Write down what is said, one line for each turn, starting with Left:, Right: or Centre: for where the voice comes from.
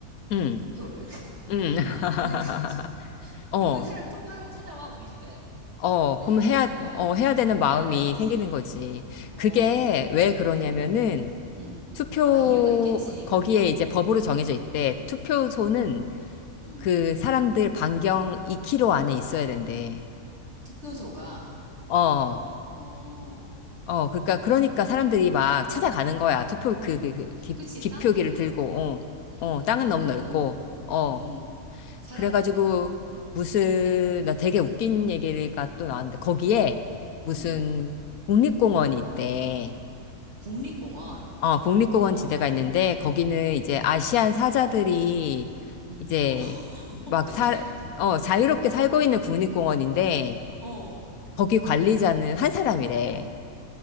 Left: 응,
Right: 투표를. <laughs>
Left: 응. <laughs>
Right: 근데 강제,
Left: 어,
Right: 그 사람 투표하라고 찾아와, 우리 집에.
Left: 어,
Right: 그냥
Left: 그럼
Right: 해야
Left: 해야,
Right: 되는 거야.
Left: 어, 해야 되는
Right: 어,
Left: 마음이
Right: 해야 되는 거지.
Left: 생기는 거지.
Right: 어, 어,
Left: 그게 왜 그러냐면은,
Right: 음, 음.
Left: 투표,
Right: 아, 이유가 있겠지?
Left: 거기에
Right: 음,
Left: 이제 법으로 정해져 있대. 투표소는
Right: 음.
Left: 그 사람들 반경 2km 안에 있어야 된대.
Right: 투표소가,
Left: 어,
Right: 어, 어,
Left: 어, 그러니까 그러니까 사람들이 막 찾아가는
Right: 어,
Left: 거야.
Right: 음.
Left: 투표 그, 그, 그 기,
Right: 그치,
Left: 기표기를
Right: 땅 너무
Left: 들고,
Right: 넓고,
Left: 어,
Right: 어,
Left: 어, 땅은
Right: 땅
Left: 너무
Right: 너무
Left: 넓고,
Right: 넓,
Left: 어,
Right: 음. 사람은,
Left: 그래가지고
Right: 어,
Left: 무슨 나 되게 웃긴 얘기가 또 나왔는데 거기에 무슨
Right: 음,
Left: 국립공원이 있대.
Right: 국립공원,
Left: 어, 국립공원
Right: 어,
Left: 지대가
Right: 어,
Left: 있는데 거기는
Right: 음,
Left: 이제 아시안 사자들이
Right: 음,
Left: 이제
Right: <laughs> 어,
Left: 막
Right: 어떡해,
Left: 살, 어, 자유롭게 살고 있는 국립공원인데
Right: 어,
Left: 거기 관리자는 한 사람이래.